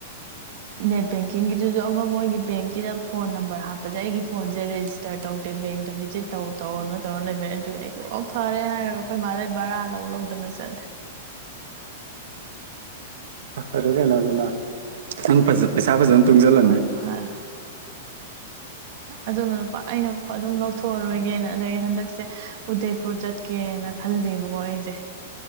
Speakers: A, on the right; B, on the right.
A: ꯅꯦꯠ ꯕꯦꯡꯀꯤꯡꯒꯤꯗꯨꯁꯨ ꯑꯃ ꯃꯣꯏꯒꯤ ꯕꯦꯡꯀꯤꯗ ꯐꯣꯟ ꯅꯝꯕꯔ ꯍꯥꯞꯄꯁꯦ ꯑꯩꯒꯤ ꯐꯣꯟꯁꯦ ꯔꯦꯁꯇꯔ ꯇꯧꯗꯦ ꯕꯦꯡꯇ ꯚꯤꯁꯤꯠ ꯇꯧ ꯇꯧꯔꯅ ꯇꯧꯔ ꯂꯩꯕꯩ ꯑꯗꯨ ꯑꯩꯁꯨ ꯑꯣ ꯐꯔꯦ ꯍꯥꯏꯔꯒ ꯑꯩꯈꯣꯏ ꯃꯥꯗꯩ ꯕꯔꯥ ꯂꯧ ꯂꯧꯗꯅ ꯆꯠꯂꯦ
B: <inaudible> ꯑꯗꯨ ꯀꯩꯅꯣ ꯑꯗꯨꯅ ꯅꯪ ꯄꯩꯁꯥ ꯐꯖꯅ ꯇꯨꯡꯁꯤꯜꯂꯅꯤ
A: ꯍꯣꯏ ꯐꯔꯦ ꯑꯗꯨꯅ ꯂꯨꯄꯥ ꯑꯩꯅ ꯑꯗꯨꯝ ꯂꯧꯊꯣꯛꯑꯔꯣꯏꯒꯦꯅ ꯑꯗꯒꯤ ꯍꯟꯗꯛꯁꯦ ꯎꯗꯩꯄꯨꯔ ꯆꯠꯀꯦꯅ ꯈꯜꯂꯦꯕꯀꯣ ꯑꯩꯁꯦ